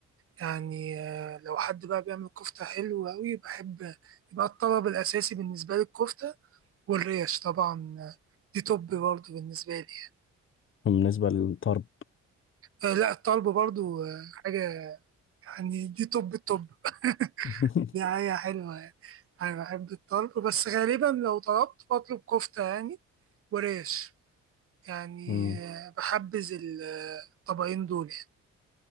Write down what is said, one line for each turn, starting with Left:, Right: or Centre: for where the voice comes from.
Right: يعني آه، لو حد بقى بيعمل كفتة حلوة أوي بحب يبقى الطلب الأساسي بالنسبة لي الكفتة والريش طبعا آه، دي توب برضه بالنسبة لي يعني.
Left: بالنسبة للطرب
Right: آه، لا الطلب برضه آه، حاجة يعني دي توب التوب
Left: <laughs>
Right: <laughs> دي حاجة حلوة يعني أنا بحب الطلب بس غالبا لو طلبت بطلب كفتة يعني وريش يعني
Left: مم.
Right: آه، بحبذ ال- آه، الطبقين دول يعني